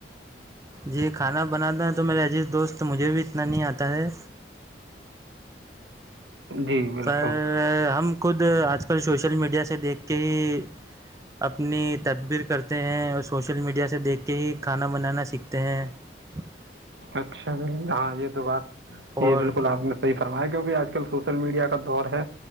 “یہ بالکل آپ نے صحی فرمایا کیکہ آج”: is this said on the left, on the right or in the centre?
Right